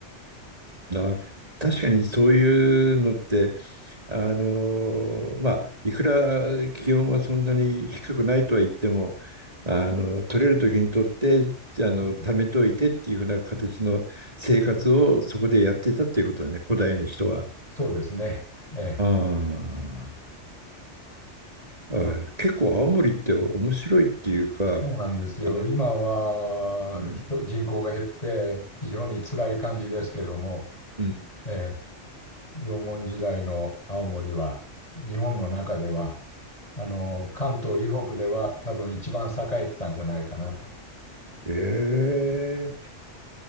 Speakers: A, on the right; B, on the left.
A: な、確かにそういうのって、あの、まあ、いくら気温はそんなに低くないとは言っても、あの、取れる時に取って、あの、
B: うん
A: 貯めといてっていうふうな形の生活をそこでやってたっていうことだね、古代の人は。
B: そうですね。ええ。
A: あーあ、
B: まあ、
A: 結構青森って面白いっていうか、
B: そうなんですよ。
A: あの、
B: 今は人、
A: うん、
B: 人口が減って非常に辛い感じですけども、
A: うん。
B: ええ、縄文時代の青森は、日本の中では、あの、関東以北では多分一番栄えてたんじゃないかなと。
A: ええ